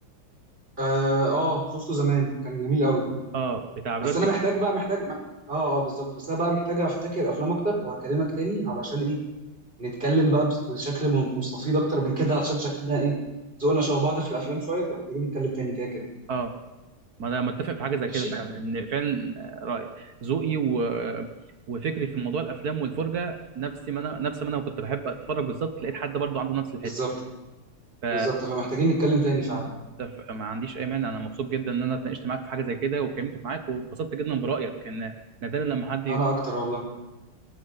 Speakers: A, on the right; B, on the right.
A: اه آه، شفته زمان كان جميل قوي
B: اه بتاع برادلي
A: بس انا محتاج بقى محتاج مح- اه اه بالظبط بس انا بقى محتاج افتكر افلام اكتر وهكلمك تاني علشان ايه نتكلم بقى بس- بشكل م- مستفيض اكتر من كده عشان شكلنا ايه ذوقنا شبه بعض في الافلام شويه فمحتاجين نتكلم تاني كده كده
B: اه ما انا متفق في حاجه زي
A: ماشي
B: كده فعلا ان فعلا آه، رأي ذوقي و... وفكري في موضوع الافلام والفرجه نفس ما انا نفس ما انا كنت بحب اتفرج بالظبط لقيت حد برضو عنده نفس الحته
A: بالظبط
B: ف...
A: بالظبط فمحتاجين نتكلم تاني فعلا
B: ف- ما عنديش اي مانع انا مبسوط جدا ان انا اتناقشت معاك في حاجه زي كده واتكلمت معاك واتبسطت جدا برايك ان نادرا لما حد يق-
A: انا اكتر والله